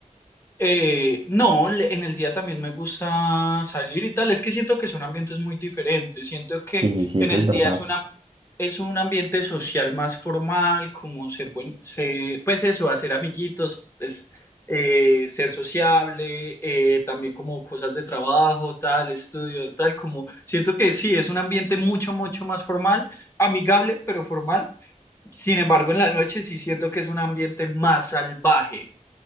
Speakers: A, on the left; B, on the right.
A: Eh, no, le- en el día también me gusta salir y tal. Es que siento que son ambientes muy diferentes. Siento que
B: Sí, sí,
A: en
B: eso
A: el
B: es verdad.
A: día es una, es un ambiente social más formal, como ser buen, se- pues eso, hacer amiguitos, pues, eh, ser sociable, eh, también como cosas de trabajo, tal, estudio, tal, como siento que sí, es un ambiente mucho, mucho más formal, amigable, pero formal. Sin embargo, en la noche sí siento que es un ambiente más salvaje